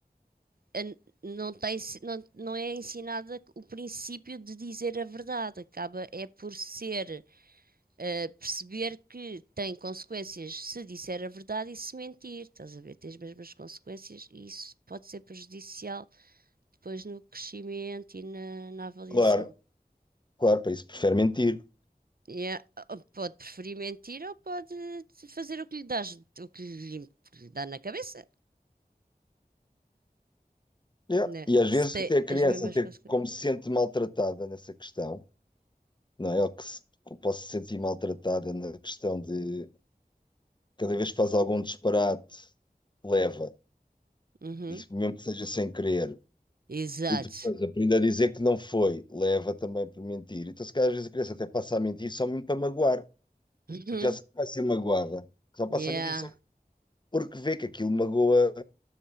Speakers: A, on the right; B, on the left.
A: a- não tem, não, não é ensinada o princípio de dizer a verdade, acaba é por ser Uh, perceber que tem consequências se disser a verdade e se mentir, estás a ver? Tem as mesmas consequências e isso pode ser prejudicial depois no crescimento e na, na avaliação.
B: claro, claro, para isso prefere mentir.
A: E é- Pode preferir mentir ou pode fazer o que lhe dá, o que lhe, o que lhe dá na cabeça,
B: Yeah.
A: né?
B: E às
A: Se
B: vezes
A: tem
B: até a criança,
A: as mesmas
B: até
A: consequências.
B: como se sente maltratada nessa questão, não é? Ou que se, que posso se sentir maltratada na questão de cada vez que faz algum disparate, leva.
A: Uhum.
B: E mesmo que seja sem querer,
A: Exato.
B: E depois aprende a dizer que não foi, leva também por mentir. Então, se calhar, às vezes a criança até passa a mentir só mesmo para magoar,
A: Uhum.
B: porque já sabe que vai ser magoada. Só passa
A: Yeah.
B: a mentir só porque vê que aquilo magoa